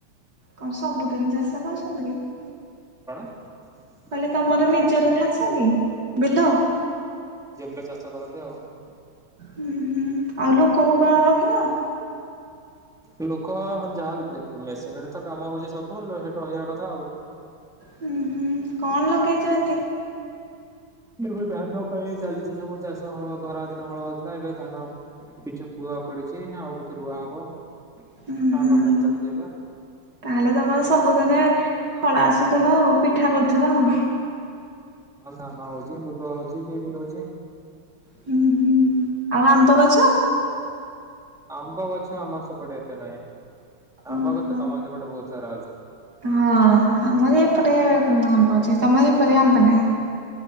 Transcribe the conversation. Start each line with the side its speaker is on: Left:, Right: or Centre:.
Right: କଣ ସବୁଦିନ ଚାଷ କରଛନ୍ତି କି?
Centre: କଣ ହଁ
Right: କହିଲେ ତମର ନିଜର
Centre: ନିଜେ
Right: ଚାଷ କି ବିଲ?
Centre: ପିଲା ଚାଷ କରନନ୍ତି। <unintelligible>
Right: ହୁଁ ହୁଁ ଆଉ ଲୋକ କଣ ରଖିନ?
Centre: ଲୋକ ଯାହା ମେସିନରେ ତ କାମ ହଉଛି ସବୁ ସେଠି ରହିବା କଥା ଆଉ
Right: ହୁଁ ହୁଁ କଣ ଲଗେଇଛନ୍ତି?
Centre: ଏବେ ଧାନ ପାଇଁ ଚାଲିଛି ସବୁ ଚାଷ ହଳ ଖରା ଦିନ ହଳ ହଉଥିଲା ଏବେ ଧାନ କିଛି ବୁଆ ପଡିଛି ଆଉ କିଛି ରୁଆ ହବ।
Right: ଉଁ
Centre: ନା
Right: ହୁଁ
Centre: ନା ପାଇଁ ଚାଲିଛି ଏବେ
Right: ତାହେଲେ ତମର ସବୁଦିନେ ଫଳ ଆସୁଥିବା ଆଉ ପିଠା କରୁଥିବା ଆଉ ହୁଁ।
Centre: ହଁ ନାନ ହଉଛି ମୁଗ ହଉଛି ବିରି ହଉଛି
Right: ହୁଁ ହୁଁ ଆଉ ଆନ୍ତ ଗଛ
Centre: ଆମ୍ବ ଗଛ ଆମ ସେପଟେ ଏତେ ନାହିଁ
Right: ଓହୋ।
Centre: ଆମ୍ବ ଗଛ ତମର ସେପଟେ ବହୁତ ସାରା ଅଛି।
Right: ହଁ ଆମର ଏପଟେ ଆମ୍ବ ତମ ଏ ପରି ଆମ୍ବ ନାହିଁ।